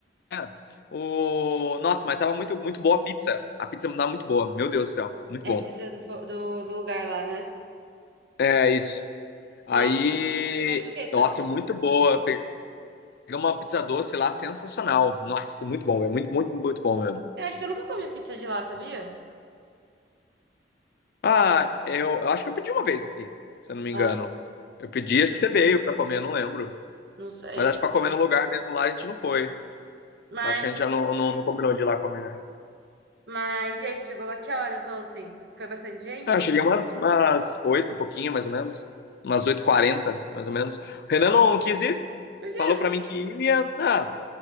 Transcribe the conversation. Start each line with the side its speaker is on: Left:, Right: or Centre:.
Left: é. O... Nossa, mas tava muito, muito boa a pizza. A pizza tava muito boa. Meu Deus do céu, muito bom.
Right: É pizza do, fo- do, do lugar lá, né?
Left: É isso. Aí,
Right: Nossa, comeram de quê tanto?
Left: nossa, muito boa. Peguei uma pizza doce lá, sensacional. Nossa, muito bom, é muito, muito, muito bom mesmo.
Right: Eu acho que eu nunca comi pizza de lá, sabia?
Left: Ah, eu, eu acho que eu pedi uma vez aqui, se eu não me engano.
Right: Ah,
Left: Eu pedi, acho que você veio pra comer, eu não lembro.
Right: não sei.
Left: Mas acho que pra comer no lugar mesmo lá a gente não foi.
Right: Mas,
Left: Acho que a gente já não, não, não combinou de ir lá comer. né?
Right: mas e aí, você chegou lá que horas ontem? Foi bastante gente?
Left: Ah, cheguei umas, umas 8 e pouquinho, mais ou menos. Umas oito h 40 mais ou menos. O Renan não quis ir,
Right: Por
Left: falou
Right: quê?
Left: pra mim que ia. Ah,